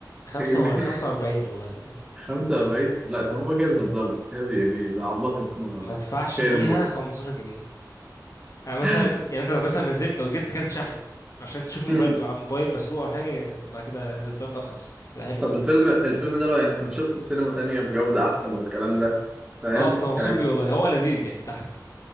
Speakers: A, on the left; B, on the right.
A: خمسة
B: كانت بكام
A: ولا خمسة وأربعين والله تقريبا
B: 45 <laughs> لا ده هما كده بيهزروا كده بي- بي- بيعبطوا في م-
A: ما تدفعش
B: كاين
A: فيها
B: امور
A: خمستاشر جنيه يعني مثلا
B: <laughs>
A: أنت- يعني أنت لو مثلا نزلت وجبت كارت شحن عشان تشوف موبايل
B: مم.
A: على الموبايل مسروق أو حاجة تبقى كده بالنسبة لك أرخص كده حلوة
B: طب
A: يعني
B: الفيلم الفيلم ده لو يعني كنت شفته في سينما تانية بجودة أحسن والكلام ده فاهم
A: أه كنت مبسوط
B: كان
A: بيه
B: هيبقى-
A: والله هو لذيذ يعني بيضحك